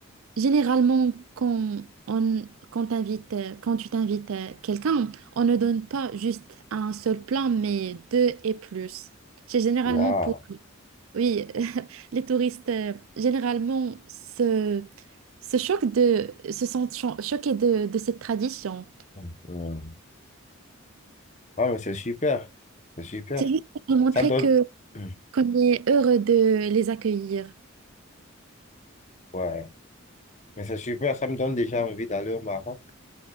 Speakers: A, on the right; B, on the left.
A: Généralement, quand, on, quand, t'invites, euh, quand tu t'invites euh, quelqu'un, on ne donne pas juste un seul plat, mais deux et plus. C'est généralement
B: Waouh.
A: pour, oui, <laughs> les touristes, euh, généralement, se, se choquent de, se sentent cho- choqués de, de cette tradition.
B: Hmm, hmm. Ah, mais c'est super. C'est super.
A: C'est juste pour leur montrer
B: Ça donne.
A: que,
B: Hmm.
A: qu'on est heureux de les accueillir.
B: Ouais. Mais c'est super. Ça me donne déjà envie d'aller au Maroc.